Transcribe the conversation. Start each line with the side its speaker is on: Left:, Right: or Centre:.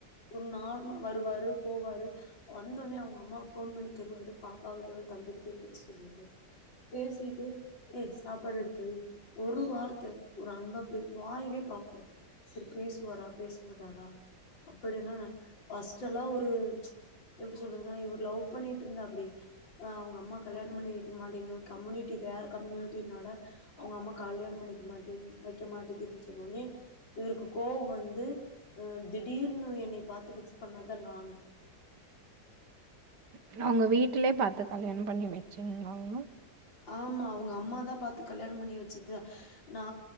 Left: ஒரு நா வருவாரு போவாரு வந்தோடனே அவங்க அம்மாக்கு போன் பண்ணித்தருவாரு பாப்பா கிட்ட தம்பி கிட்ட பேச சொல்வாரு பேசிட்டு ஏ சாப்பாடு எடுத்து வை ஒரு வார்த்த ஒரு அன்பா பே வாய்வே பாப்பே சேரி பேசுவாரா பேச மாட்டாரா அப்டில்லா இல்ல பஸ்ட் எல்லா ஒரு எப்டி சொல்றது ஆனா இவர் லவ் பண்ணிட்டு இருந்தாப்படி அவங்க அம்மா கல்யானோ பண்ணி வெக்க மாட்டேனு கம்யூனிட்டி வேற கம்யூனிட்டினால அவங்க அம்மா கல்யானோ பண்ணிக்க மாட்டே வைக்க மாட்டீகிது சொன்ன ஒண்ணே இவருக்கு கோவோ வந்து திடீர்னு என்னைய பாத்து ஃபிக்ஸ் பண்ணதா நானு
Right: உ அவங்க வீட்லயே பாத்து கல்யாணம் பண்ணி வெச்சுங்களாங்களா
Left: ஆமா அவுங்க அம்மாதா பாத்து கல்யாணம் பண்ணி வெச்சது நா